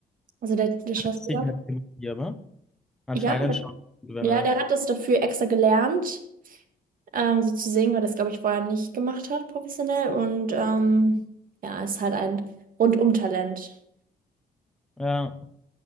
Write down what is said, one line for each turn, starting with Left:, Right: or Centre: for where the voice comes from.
Right: Also der, der Schauspieler.
Centre: Signature, aber anscheinend
Right: Ja, der,
Centre: schon, wenn
Right: ja,
Centre: er.
Right: der hat das dafür extra gelernt, ähm, so zu singen, weil das, glaube ich, vorher nicht gemacht hat, professionell. Und ähm, ja, ist halt ein Rundum-Talent.
Centre: Ja.